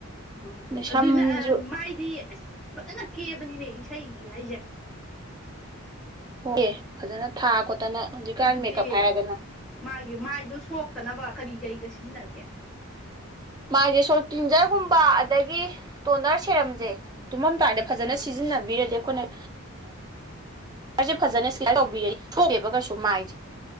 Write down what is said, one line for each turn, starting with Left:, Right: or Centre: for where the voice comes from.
Centre: ꯍꯣ ꯍꯣꯏ
Right: ꯑꯗꯩ ꯁꯝꯁꯨ
Centre: ꯑꯗꯨꯅ ꯑ ꯃꯥꯏꯗꯤ ꯑꯁ ꯐꯖꯅ ꯀꯦꯕꯅꯤꯅꯦ ꯏꯁꯩꯒꯤ ꯍꯥꯏꯖꯦ
Right: ꯍꯣ ꯀꯦ ꯐꯖꯅ ꯊꯥ ꯈꯣꯠꯇꯅ ꯍꯧꯖꯤꯛꯀꯥꯟ
Centre: ꯑꯗꯨꯗꯤ
Right: ꯃꯦꯀꯞ ꯍꯥꯏꯔꯦꯗꯅ
Centre: ꯃꯥꯒꯤ ꯃꯥꯏꯗꯨ ꯁꯣꯛꯇꯅꯕ ꯀꯔꯤ ꯀꯔꯤꯒ ꯁꯤꯖꯤꯟꯅꯒꯦ
Right: ꯃꯥꯏꯖꯦ ꯁꯣꯛ ꯀ꯭ꯂꯤꯟꯖꯔꯒꯨꯝꯕ ꯑꯗꯒꯤ ꯇꯣꯅꯔ ꯁꯦꯔꯝꯖꯦ ꯇꯨꯝꯃꯝꯗꯥꯏꯗ ꯐꯖꯅ
Centre: ꯎꯝ
Right: ꯁꯤꯖꯤꯟꯅꯕꯤꯔꯗꯤ ꯑꯩꯈꯣꯏꯅ ꯔꯁꯦ ꯐꯖꯅ ꯁꯣꯛꯇꯦꯕ ꯀꯩꯁꯨ ꯃꯥꯏꯁꯦ